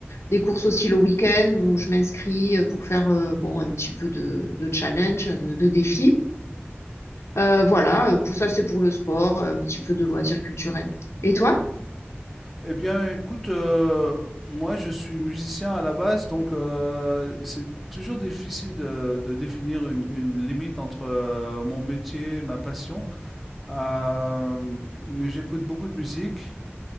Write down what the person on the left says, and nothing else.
des courses aussi le week-end où je m'inscris euh, pour faire euh, bon un petit peu de, de challenge, de, de défi. Euh, voilà, euh, pour ça, c'est pour le sport, euh, un petit peu de loisirs culturels. Et toi?